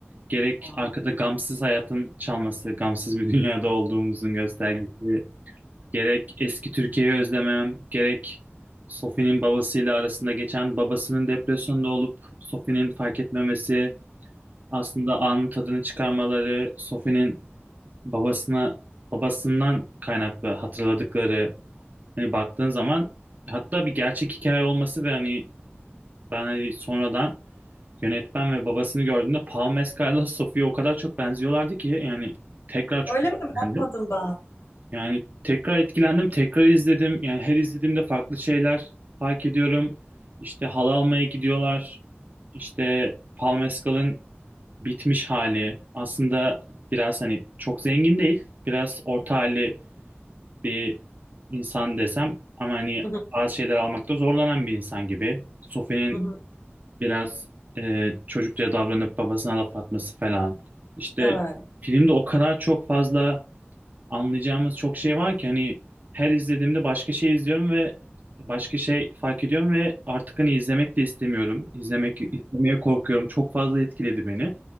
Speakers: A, on the right (about 40°); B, on the left (about 75°).
A: gerek
B: tamam.
A: arkada gamsız hayatın çalması, gamsız bir <laughs> dünyada olduğumuzun göstergesi Gerek eski Türkiye'yi özlemem, gerek Sophie'nin babasıyla arasında geçen babasının depresyonda olup Sophie'nin fark etmemesi, aslında anın tadını çıkarmaları, Sophie'nin babasına babasından kaynaklı hatırladıkları hani baktığın zaman hatta bir gerçek hikaye olması ve hani ben hani sonradan yönetmen ve babasını gördüğümde Paul Mescal'la Sophie'ye o kadar çok benziyorlardı ki yani tekrar çok
B: Öyle
A: etkilendim.
B: mi? Bakmadım ben.
A: Yani tekrar etkilendim, tekrar izledim. Yani her izlediğimde farklı şeyler fark ediyorum. İşte halı almaya gidiyorlar. İşte Paul Mescal'ın bitmiş hali. Aslında biraz hani çok zengin değil. Biraz orta halli bir insan desem. Ama hani
B: Hı hı,
A: bazı şeyler almakta zorlanan bir insan gibi. Sophie'nin
B: hı hı.
A: biraz e, çocukça davranıp babasına laf atması falan. İşte
B: Evet.
A: filmde o kadar çok fazla anlayacağımız çok şey var ki hani her izlediğimde başka şey izliyorum ve başka şey fark ediyorum ve artık hani izlemek de istemiyorum. İzlemek izlemeye korkuyorum. Çok fazla etkiledi beni.